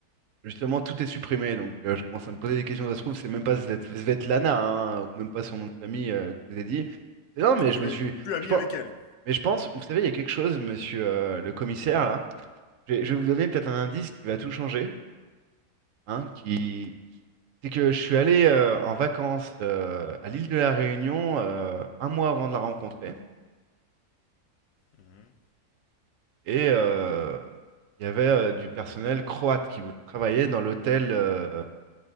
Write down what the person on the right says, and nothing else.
Justement, tout est supprimé, donc euh, je commence à me poser des questions. Ça se trouve, c'est même pas Svet- Svetlana, hein, ou même pas son nom de famille euh, que je vous ai dit. Mais non, mais
je me
suis.
Je pense,
mais je pense, vous savez, il y a quelque chose, monsieur euh, le commissaire, là. Je vais,
je vais vous donner peut-être un indice qui va tout changer, hein, qui, C'est que je suis allé euh, en vacances euh, à l'île de la Réunion euh, un mois avant de la rencontrer.
Et euh, il y avait euh, du personnel croate qui travaillait dans l'hôtel euh,